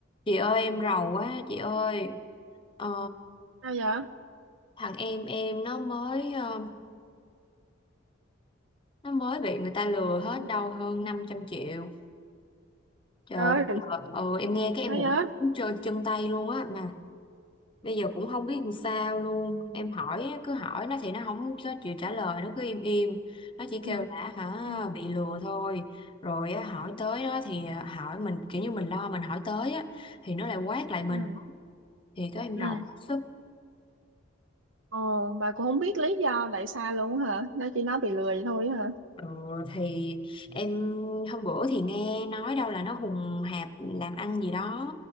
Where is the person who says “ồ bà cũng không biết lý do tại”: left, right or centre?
Right